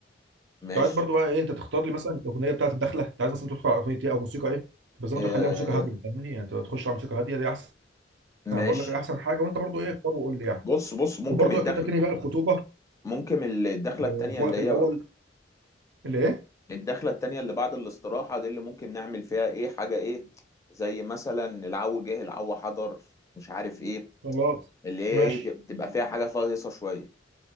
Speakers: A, on the left (about 15°); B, on the right (about 70°).
A: ماشي
B: كنت عايز برضه بقى ايه انت تختار لي مثلا الاغنيه بتاعت الدخله انت عايز مثلا تدخل على اغنيه ايه او موسيقى ايه بس زي ما
A: آه
B: تخليها موسيقى هاديه فاهمني يعني انت تخش على موسيقى هاديه دي احسن انا
A: ماشي
B: بقول لك احسن حاجه وانت برضه ايه اختار وقول لي يعني
A: بص بص ممكن
B: وبرضه
A: الدخل
B: اكيد هتنهي بقى الخطوبه
A: ممكن الدخله
B: آه،
A: التانيه
B: في
A: اللي
B: وقت
A: هي
B: الاول ليه
A: الدخله التانيه اللي بعد الاستراحه دي اللي ممكن نعمل فيها ايه حاجه ايه زي مثلا العو جه العو حضر مش عارف ايه
B: خلاص
A: اللي هي
B: ماشي
A: ايه تبقى فيها حاجه فيها هيصه شويه